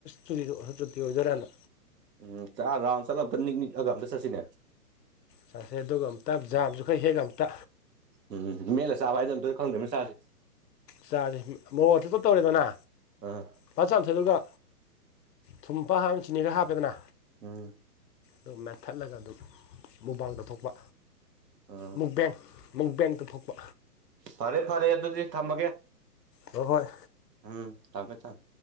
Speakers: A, on the left; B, on the right.
A: ꯆꯨꯇꯤ ꯑꯣꯏꯗꯣꯏꯔꯥꯅ
B: ꯎꯝ ꯆ ꯔꯥꯎꯟꯗ ꯆꯂ ꯑꯝꯇ ꯅꯤꯛ ꯅꯤꯛ ꯑꯒ ꯑꯝꯇ ꯆꯠꯁꯤꯅꯦ
A: ꯆꯠꯁꯦ ꯑꯗꯨꯒ ꯑꯝꯇ ꯖꯥꯝꯁꯨ ꯈꯔ ꯍꯦꯛꯑꯒ ꯑꯝꯇ
B: ꯎꯝ ꯃꯦꯠꯂ ꯆꯥꯕ ꯍꯥꯢꯗꯨ ꯑꯝꯇ ꯈꯪꯗ꯭ꯔꯤꯝꯅꯤ ꯆꯥꯁꯤ
A: ꯆꯥꯁꯦ ꯃꯣꯔꯣꯛ ꯑꯊꯤꯠꯄ ꯇꯧꯔꯦꯗꯅ
B: ꯑꯥ
A: ꯐꯖꯟ ꯆꯥꯝꯊꯣꯛꯑꯦ ꯑꯗꯨꯒ ꯊꯨꯝꯄꯥ ꯍꯥꯞ ꯆꯤꯅꯤ ꯈꯔ ꯍꯥꯞꯄꯦꯗꯅ
B: ꯎꯝ
A: ꯑꯗꯨ ꯃꯦꯠꯊꯠꯂꯒ ꯑꯗꯨꯝ ꯃꯨꯛꯕꯥꯡ ꯇꯧꯊꯣꯛꯣꯛꯄ
B: ꯑꯥ
A: ꯃꯨꯛꯕꯦꯡ ꯃꯨꯛꯕꯦꯡ ꯇꯧꯊꯣꯛꯄ
B: ꯐꯔꯦ ꯐꯔꯦ ꯑꯗꯨꯗꯤ ꯊꯝ
A: ꯍꯣꯍꯣꯢ
B: ꯎꯝ ꯊꯥꯝꯃꯦ ꯊꯝꯃꯦ